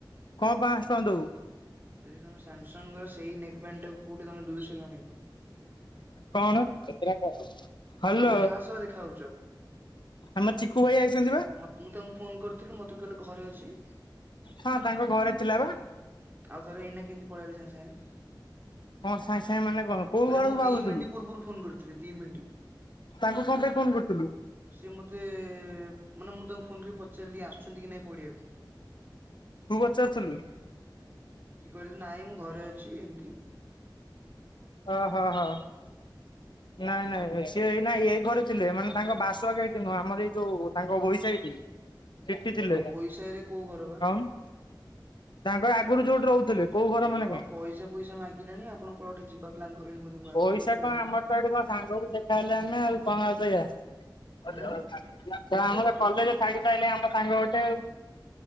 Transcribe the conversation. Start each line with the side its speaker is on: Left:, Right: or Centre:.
Left: କଣ ପାଂଶ ଟଙ୍କା ଦବୁ?
Right: ଯଦି ତମେ ସାମସଙ୍ଗ ର ସେଇ ନେକ୍ ବ୍ୟାଣ୍ଡା ଟା କଉଠି ତମେ ଦୁଇଶହରେ ଆଣିବ।
Left: କଣ <inaudible> ହ୍ୟାଲୋ
Right: ତମେ କାହା ସହ ଦେଖା ହଉଛ?
Left: ଆମ ଚିକୁ ଭାଇ ଆଇଛନ୍ତି ବା।
Right: ମତ ମୁଁ ତାଙ୍କୁ ଫୋନ କରିଥିଲି ମୋତେ କହିଲେ ଘରେ ଅଛି।
Left: ହଁ ତାଙ୍କ ଘରେ ଥିଲା ବା।
Right: ଆଉଥରେ ଏଇନା କିନ୍ତି ପଳେଇଲେ ସାଙ୍ଗେ ସାଙ୍ଗେ।
Left: କଣ ସାଙ୍ଗେ ସାଙ୍ଗେ ମାନେ କଣ କୋଉ
Right: ମାନେ
Left: ଘରକୁ
Right: ମୁଁ
Left: ଭାବୁଥିଲୁ
Right: ଦି ମିନିଟ ପୂର୍ବରୁ ଫୋନ କରିଥିଲି ଦି ମିନିଟ।
Left: ତାଙ୍କୁ କଣ ପାଇଁ ଫୋନ କରିଥିଲୁ?
Right: ସିଏ ମୋତେ ମାନେ ମୁଁ ତାଙ୍କୁ ଫୋନ କରି ପଚାରିଲି ଆସୁଛନ୍ତି କି ନାଇଁ ପଡିଆକୁ।
Left: ତୁ ପଚାରୁ ଥିଲୁ?
Right: ହୁଁ ସିଏ କହିଲେ ନାଇଁ ମୁଁ ଘରେ ଅଛି ଏମତି।
Left: ଅ ହ ହ।
Right: ହଁ
Left: ନାଇଁ ନାଇଁଁ ସିଏ ଏଇନା ଏ ଘରେ ଥିଲେ ମାନେ ତାଙ୍କ ବାସକେ ଏଇଠି ନୁହଁ ଆମର ଏଇ ଯୋଉ ତାଙ୍କ ଗୋହି ସାଇଟି। ସେଟି ଥିଲେ
Right: ତାଙ୍କ
Left: କଉନୁ
Right: ଭୋଇ ସାହି ରେ କୋଉ ଘର ବା?
Left: ତାଙ୍କର ଆଗୁରୁ ଯୋଉଟି ରହୁଥିଲେ। କୋଉ ଘର ମାନେ
Right: କଣ ପଇସା ପଇସା ମାଗିଲେଣି ଆପଣ କୁଆଡେ ଯିବା ପ୍ଲାନ କଲେଣି ବୋଧେ। ବାହାରକୁ
Left: ପଇସା
Right: ବୁଲାବୁଲି।
Left: କଣ ଆମର ତ ଏଠି କଣ ସାଙ୍ଗକୁ ଦେଖାହେଲେ ଆମେ ଆଉ କଣ ଆଉ କହିବା। <unintelligible>
Right: ହୁଁ
Left: ଆମର କଲେଜ ଛାଡି ସାଇଲଇଁ ଆମ ସାଙ୍ଗ ଗୋଟେ ଆଉ।